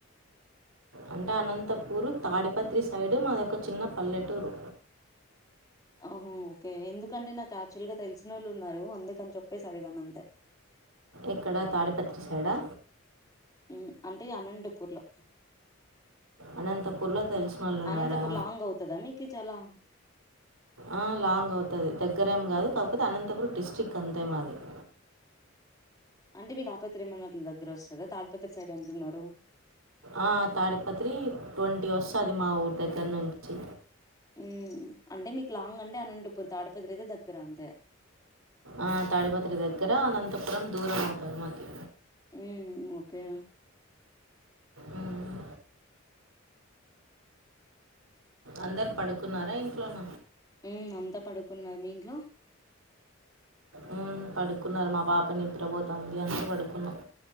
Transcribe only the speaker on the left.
ఆహ ఓకే ఎందుకంటే నాకు యాక్చువల్ గా తెలిసిన వాళ్ళు ఉన్నారు అందుకని చెప్పేసి అడిగాను అంతే
మ్మ్ అంటే అనంతపూర్లో
అనంతపూర్ లాంగ్ అవుతదా మీకి చాలా
అంటే మీ తాపత్ర ఏమన్న అట్ల దగ్గర వస్తదా తాడిపత్రి సైడ్ అంటున్నారు
ఉమ్ అంటే మీకు లాంగ్ అంటే అనంతపూర్ తాడిపత్రి అయితే దగ్గర అంతే
ఉమ్ ఓకే
ఉమ్ అంతా పడుకున్నారు మీ ఇంట్లో